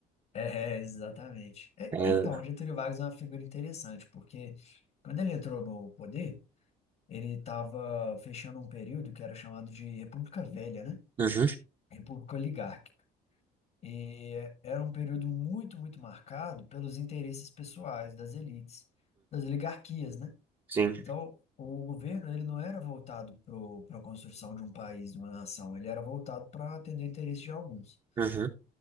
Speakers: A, on the left; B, on the right.
A: É, <laughs> exatamente. É,
B: É,
A: então, o Getúlio Vargas é uma figura interessante, porque quando ele entrou no poder, ele estava fechando um período que era chamado de República Velha, né?
B: uhum,
A: República Oligárquica. E era um período muito, muito marcado pelos interesses pessoais das elites, das oligarquias, né?
B: sim.
A: Então, o governo, ele não era voltado para a construção de um país, de uma nação, ele era voltado para atender o interesse de alguns.
B: Uhum.